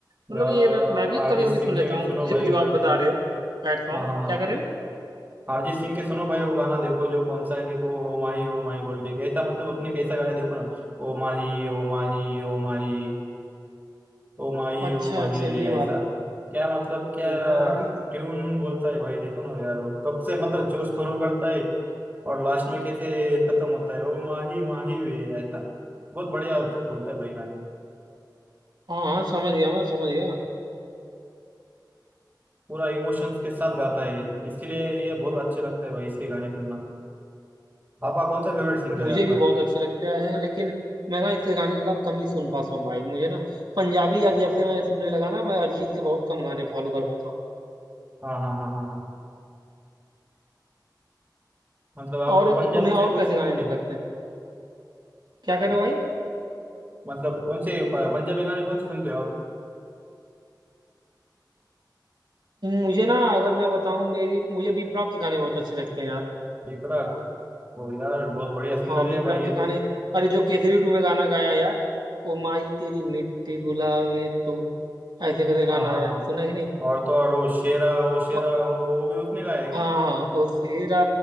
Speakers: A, on the right; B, on the right.
A: मतलब
B: यार
A: ये मैं,
B: आप
A: मैं भी
B: अरिजीत
A: कभी कभी
B: सिंह
A: सुन
B: के
A: लेता
B: भी
A: हूँ
B: सुनो
A: जो,
B: भाई
A: जो आप
B: गाने
A: बता रहे हो सैड सॉन्ग
B: हाँ हाँ हाँ
A: क्या कर रहे हो
B: अरिजीत सिंह के सुनो भाई वो गाना देखो जो कौन सा है देखो ओ माही ओ माही बोल के कैसा मतलब उसने कैसा गाया देखो ना ओ माही ओ माही ओ माही ओ माही
A: अच्छा
B: ओ माही
A: अच्छा
B: रे
A: ये
B: ऐसा
A: वाला
B: क्या मतलब क्या
A: घुमा ही
B: ट्यून बोलता है भाई देखो ना यार वो कब से मतलब जोश शुरू करता है और लास्ट में कैसे खत्म होता है ओ माही माही रे ऐसा बहुत बढ़िया बोलता है भाई गाने
A: हाँ हाँ समझ गया मैं समझ गया
B: पूरा इमोशंस के साथ गाता है इसके लिए ये बहुत अच्छे लगता है भाई इसके गाने सुनना आपका कौन सा फेवरेट सिंगर
A: मुझे
B: है आपका
A: भी बहुत अच्छे लगते हैं लेकिन मैं ना इससे गाने थोड़ा कम ही सुन पाता हूँ भाई मुझे ना पंजाबी यार जब से मैं सुनने लगा ना मैं अरिजीत के बहुत कम गाने फॉलो कर पाता हूँ
B: हाँ हाँ हाँ हाँ हाँ मतलब आप
A: और
B: पंजाब
A: तुम्हें और
B: से कौन
A: कैसे
B: से सुनते
A: गाने निकलते हैं क्या करे भाई
B: मतलब कौन से प- पंजाबी गाने कौन से सुनते हो आप
A: मुझे ना अगर मैं बताऊं मेरी मुझे बी प्राक के गाने बहुत अच्छे लगते हैं यार
B: विपराग ओ यार बहुत बढ़िया सिंगर
A: हाँ बी
B: है
A: प्राक
B: भाई ये
A: के गाने
B: तो
A: अरे जो केसरी टू में गाना गाया यार ओ माई तेरी मिट्टी बुलावे तो ऐसे करके गाना
B: हाँ हाँ
A: आया
B: हाँ
A: है सुना है कि नहीं
B: और तो और वो शेरा वो शेरा
A: अ-
B: वो वो भी उसने गाया है क्या
A: हाँ ओ सेरा